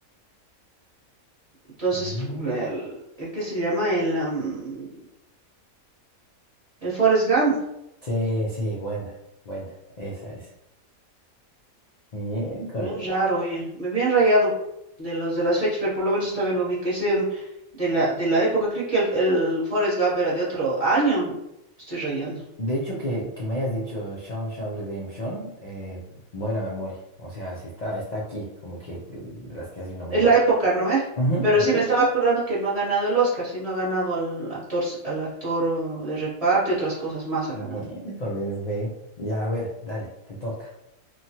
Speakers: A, on the right (about 30°); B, on the left (about 80°).
A: Entonces,
B: Mm.
A: el, el que se llama el, am, el Forrest Gump.
B: Sí, sí, buena, buena, esa es. Bien,
A: Bien raro, oye, me bien rayado de los de las fechas, pero por lo menos esta vez lo vi, que es en- de la, de la época, creo que el, el Forrest Gump era de otro año, estoy rayando,
B: De hecho, que, que me hayas dicho Sean Sean Redemption, eh, buena memoria. O sea, sí está, está aquí, como que mm, las que así nominada.
A: es la época, ¿no ve?
B: Ujú,
A: Pero
B: ujú.
A: sí, me estaba acordando que no ha ganado el Oscar, sí, no ha ganado al actor, s- al actor oh, de reparto y otras cosas más ha
B: Miércoles,
A: ganado.
B: ve. Ya, a ver, dale, te toca.